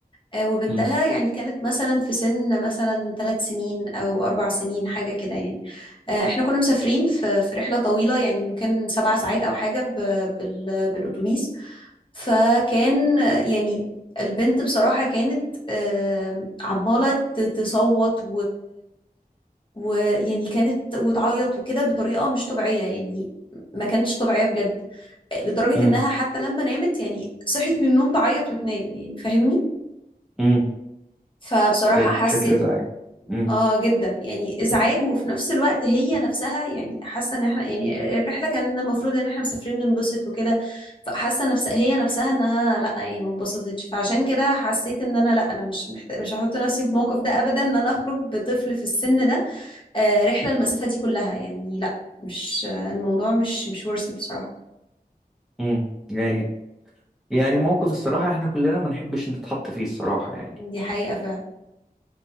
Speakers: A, on the left; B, in the centre.
A: آه، وبنتها
B: مم.
A: يعني كانت مثلا في سن مثلا ثلاث سنين او اربع سنين حاجه كده يعني آه، احنا كنا مسافرين في في رحله طويله يعني ممكن سبع ساعات او حاجه ب- بال- بالاتوبيس فكان آه، يعني البنت بصراحه كانت آه، عماله ت- تصوت ويعني كانت وتعيط وكده بطريقة مش طبيعية يعني ما كانتش طبيعية بجد لدرجة
B: مم.
A: إنها حتى لما نامت يعني صحيت من النوم تعيط وتنام يعني فاهمني
B: مم.
A: فبصراحة
B: كانت
A: حسيت
B: بشكل إزعاج مم.
A: اه جدا يعني ازعاج وفي نفس الوقت هي نفسها يعني حاسة ان احنا يعني الرحلة كان المفروض ان احنا مسافرين ننبسط وكده فحاسة نفسها هي نفسها انها لا يعني ما انبسطتش فعشان كده حسيت ان انا لا انا مش محت... مش هحط نفسي في الموقف ده ابدا ان انا اخرج بطفل في السن ده آه، رحلة المسافة دي كلها يعني لا مش آه، الموضوع مش مش worth it بصراحة
B: مم. يعني يعني موقف الصراحة إحنا كلنا ما نحبش نتحط فيه الصراحة يعني
A: دي حقيقة فعلا